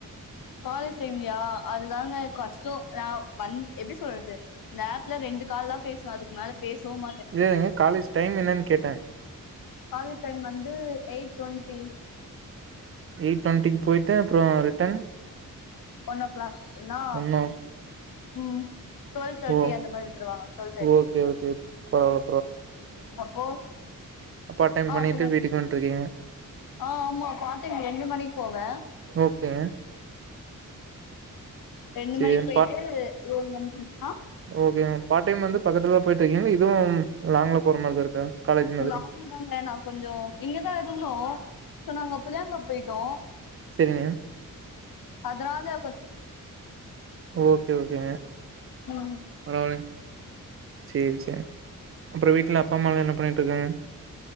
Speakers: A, on the left (about 85°); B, on the right (about 40°).
A: காலேஜ் டைம்லயா அதுதாங்க கஷ் டோ நா வந் எப்டி சொல்றது இந்த ஆஃப்ல ரெண்டு கால் தா பேசுவே அதுக்கு மேல பேசவு மாட்டே
B: இல்லங்க காலேஜ் டைம் என்னன் கேட்டே
A: காலேஜ் டைம் வந்து எயிட் டுவெண்ட்டி
B: எயிட் டு்வெண்டிக்கு போயிட்டு அப்றோ ரிட்டன்
A: ஒன் ஓ கிளாக்ன்னா
B: ஒன்னா
A: ம் டுவெல் தேர்ட்டி
B: ஓ
A: அந்த மாரி விட்ருவாங்க டுவெல் தேர்டிக்குள்ள
B: ஓகே ஓகே பரவாயில்ல
A: சப்போஸ்
B: பாட் டைம்
A: ஆ
B: பண்ணிட்டு
A: சொல்லுங்க
B: வீட்டுக்கு வந்ட்டுருக்கீங்க
A: ஆ ஆமா பார்டைம் ரெண்டு மணிக்கு போவே
B: ஓகேங்க
A: ரெண்டு
B: சரி
A: மணிக்கி போயிட்டு ஒரு மணிக்கி ஆ
B: ஓகே மேம் பார்ட் டைம் வந்து பக்கத்துல தா போயிட்டு இருக்கீங்ளா இதுவு லாங்குல போற மாரிதா இருக்கா காலேஜ் மாதிரி
A: லாங்கு தாங்க நா கொஞ்சோ இங்க தா இருந்தோ இப்ப நாங்க புல்லா <unintelligible> போயிட்டோ
B: செரிங்க
A: அதுனால
B: ஓகே ஓகேங்க
A: ம்
B: பரவால்லங் சேரி செரி அப்றோ வீட்ல அப்பா அம்மாலா என்ன பண்ணிட்ருக்காங்க